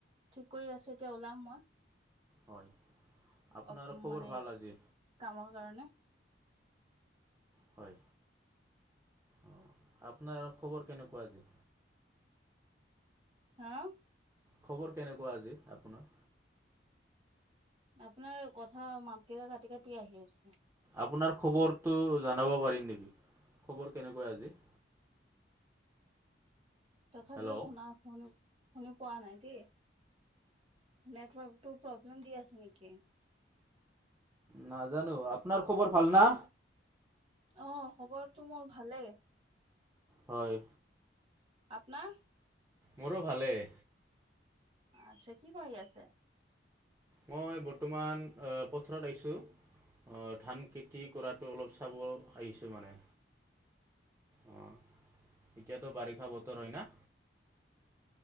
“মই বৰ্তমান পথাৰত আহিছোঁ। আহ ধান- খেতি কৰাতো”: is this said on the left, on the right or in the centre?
Right